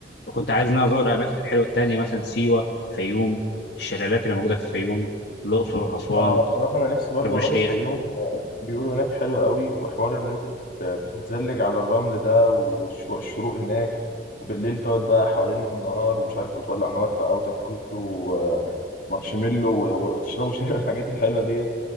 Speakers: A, on the left (about 65°); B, on the left (about 50°).
A: وكنت عايز ان انا ازور الاماكن الحلوه التانيه مثلا سيوه فيوم الشلالات اللي موجوده في الفيوم الاقصر اسوان
B: اه بصراحه انا نفسي برضو
A: شرم الشيخ
B: اروح الفيوم آه، بيقولوا هناك حلو قوي وحوار ان انت تت- بتتزلج على الرمل ده والشروق هناك وبالليل تقعد بقى حوالين النار ومش عارف وتولع نار بقى وتاكلوا آه، مارشميلو و- و- وتشربوا شاي <laughs> الحاجات الحلوه دي